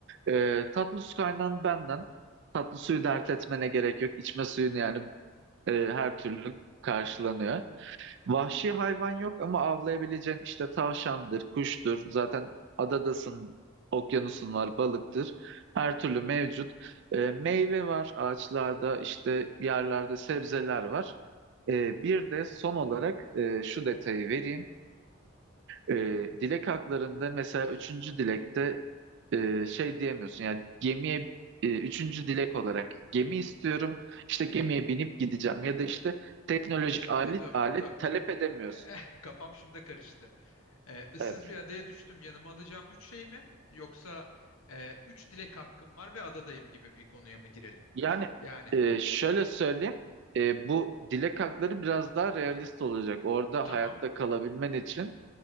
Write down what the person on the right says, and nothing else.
Ee, tatlı su kaynağın benden. Tatlı suyu
dert etmene gerek yok. İçme suyun yani e, her türlü karşılanıyor. Vahşi hayvan yok ama avlayabileceğin işte tavşandır, kuştur. Zaten adadasın, okyanusun
var, balıktır. Her türlü mevcut. Ee, meyve var ağaçlarda,
işte yerlerde sebzeler var. Ee, bir de son olarak e, şu detayı vereyim. E, dilek haklarında mesela üçüncü dilekte e, şey diyemiyorsun yani gemiye e, üçüncü dilek olarak gemi istiyorum işte gemiye binip gideceğim ya da işte teknolojik
alet,
alet
talep edemiyorsun.
Evet.
Yani
e, şöyle söyleyeyim e, bu dilek hakları biraz daha realist
olacak. Orada
hayatta kalabilmen için